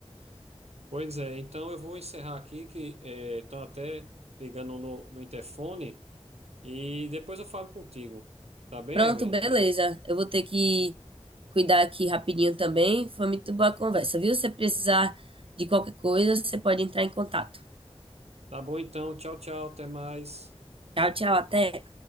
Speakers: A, on the right; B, on the right.
A: Pois é, então eu vou encerrar aqui, que estão até ligando no, no interfone. E depois eu falo contigo. Tá bem,
B: Pronto,
A: Evelyn?
B: beleza. Eu vou ter que cuidar aqui rapidinho também. Foi muito boa a conversa, viu? Se precisar de qualquer coisa, você pode entrar em contato.
A: Tá bom então. Tchau, tchau. Até mais.
B: Tchau, tchau, até.